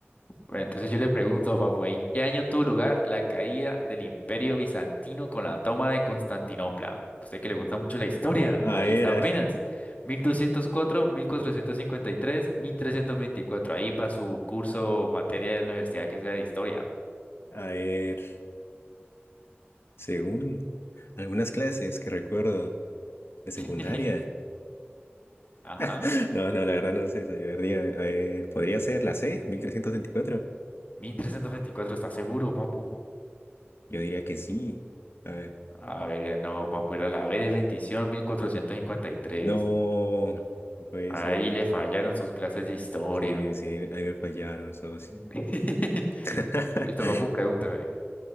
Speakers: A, on the left (about 35°); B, on the left (about 70°).
A: Bueno, entonces yo le pregunto, papu, ¿en qué año tuvo lugar la caída del Imperio Bizantino con la toma de Constantinopla? Usted que le gusta mucho la historia,
B: A
A: ahí
B: ver,
A: está
B: a
A: apenas. mil mil doscientos cuatro, mil cuatrocientos cincuenta y tres, mil trescientos veinticuatro. ahí para su curso o materia de la universidad que sea de historia.
B: a ver. Según algunas clases que recuerdo de secundaria.
A: <laughs> Ajá.
B: <laughs> No, no, la verdad no sé, socio. A ver, diga- a ver, ¿podría ser la C, mil trescientos veinticuatro.
A: mil trescientos veinticuatro, ¿está seguro, papu?
B: Yo diría que sí. A ver.
A: A ver, no, papu, era la B de bendición 1453.
B: No, no puede
A: Ahí
B: ser.
A: le fallaron sus clases de historia.
B: Sí, sí, ahí, ahí me fallaron, socio.
A: <laughs>
B: <laughs>
A: Listo, papu, pregúnteme.